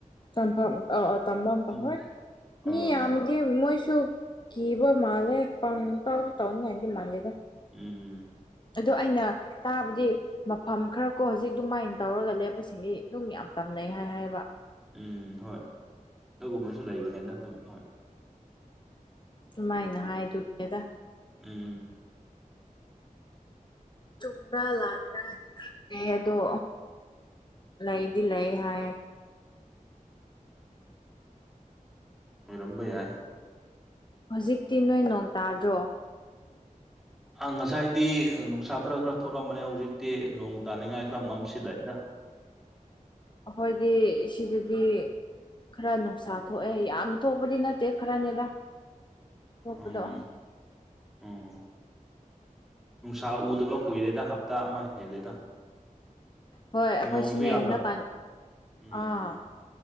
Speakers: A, on the left (about 35°); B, in the centre.
A: ꯇꯝꯐꯝ ꯑꯥ ꯑꯥ ꯇꯝꯕ ꯃꯐꯥꯝ
B: ꯎꯝ
A: ꯍꯣꯢ ꯃꯤ
B: ꯑꯣ
A: ꯌꯥꯝ ꯑꯗꯨꯗꯤ ꯃꯣꯏꯁꯨ ꯀꯤꯕ ꯃꯥꯂꯦ ꯄꯥꯎ ꯇꯥꯎꯗ ꯇꯥꯎꯅꯤꯡꯉꯥꯢꯗꯤ ꯃꯥꯟꯗꯦꯗ
B: ꯎꯝ
A: ꯑꯗꯣ ꯑꯩꯅ ꯇꯥꯕꯗꯤ ꯃꯐꯝ ꯈꯔ ꯀꯣ ꯍꯧꯖꯤꯛ ꯑꯗꯨꯃꯥꯏꯅ ꯇꯧꯔꯒ ꯂꯦꯞꯄꯁꯤꯡꯗꯤ ꯑꯗꯨꯝ ꯌꯥꯝ ꯇꯝꯅꯩ ꯍꯥꯏ ꯍꯥꯏꯕ
B: ꯎꯝ ꯍꯣꯏ ꯑꯗꯨꯒꯨꯝꯕꯁꯨ ꯂꯩꯕꯅꯤꯅ ꯑꯗꯨꯝ ꯍꯣꯏ
A: ꯑꯗꯨꯃꯥꯏꯅ ꯍꯥꯏꯗꯨꯅꯤꯗ
B: ꯎꯝ
A: ꯆꯨꯝꯕ꯭ꯔꯥ ꯂꯥꯟꯕ꯭ꯔꯥ ꯈꯪꯗꯦ ꯑꯗꯣ ꯂꯩꯗꯤ ꯂꯩ ꯍꯥꯏ
B: ꯑꯣꯢꯔꯝꯕ ꯌꯥꯏ
A: ꯍꯧꯖꯤꯛꯇꯤ ꯅꯣꯏ ꯅꯣꯡ ꯇꯥꯗ꯭ꯔꯣ
B: ꯉꯁꯥꯏꯗꯤ ꯅꯨꯡꯁꯥ ꯈꯔ ꯈꯔ ꯊꯣꯛꯂꯛꯕꯅꯦ ꯍꯧꯖꯤꯛꯇꯤ ꯅꯣꯡ ꯇꯥꯅꯤꯡꯉꯥꯏ ꯈꯔ ꯃꯝꯁꯤꯜꯂꯛꯑꯦꯗ
A: ꯑꯩꯈꯣꯏꯗꯤ ꯁꯤꯗꯗꯤ ꯈꯔ ꯅꯨꯡꯁꯥ ꯊꯣꯛꯑꯦ ꯌꯥꯝꯅ ꯊꯣꯛꯄꯗꯤ ꯅꯠꯇꯦ ꯈꯔꯅꯦꯗ ꯊꯣꯛꯄꯗꯣ
B: ꯎꯝ ꯎꯝ ꯅꯨꯡꯁꯥ ꯎꯗꯕ ꯀꯨꯏꯔꯦꯗ ꯍꯞꯇꯥ ꯑꯃ ꯍꯦꯜꯂꯦꯗ
A: ꯍꯣꯏ ꯑꯩꯈꯣꯏꯁꯨꯅꯦ
B: ꯅꯣꯡꯁꯨ ꯌꯥꯝꯅ
A: ꯍꯟꯗꯛ ꯀꯥꯟ
B: ꯎꯝ
A: ꯑꯥ